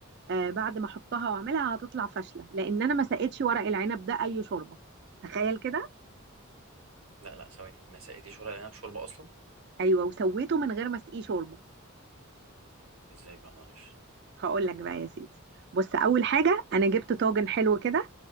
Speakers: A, on the right (about 50°); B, on the right (about 80°).
A: آه، بعد ما احطها واعملها هتطلع فاشله لان انا ما سقيتش ورق العنب ده اي شوربه تخيل كده
B: لا لا ثواني ما سقيتيش ورق العنب شوربه اصلا
A: ايوه وسويته من غير ما اسقيه شوربه
B: ازاي بقى معلش
A: هقول لك بقى يا سيدي بص اول حاجه انا جبت طاجن حلو كده